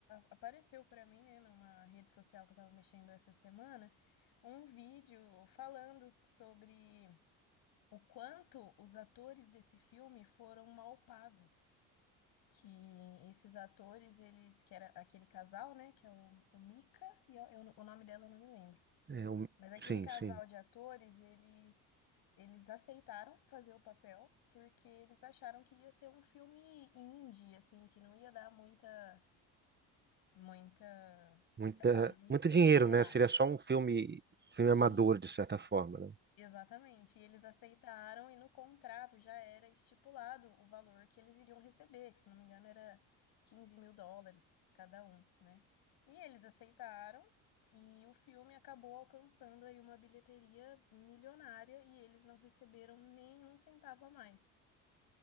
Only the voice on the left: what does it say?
Apareceu pra mim, né, numa rede social que eu tava mexendo essa semana, um vídeo falando sobre o quanto os atores desse filme foram mal pagos. Que esses atores, eles, que era aquele casal, né, que é o, o Mika, e eu- eu- o nome dela eu não me lembro.
Mas aquele
casal
de atores, eles, eles aceitaram fazer o papel porque eles acharam que ia ser um filme indie, assim, que não ia dar muita, muita,
sei lá, não ia
estourar.
E
Exatamente, e eles aceitaram e no contrato já era estipulado o valor que eles iriam receber, que se não me engano era 15 mil dólares cada um, né? E eles aceitaram e o filme acabou alcançando aí uma bilheteria milionária e eles não receberam nenhum centavo a mais.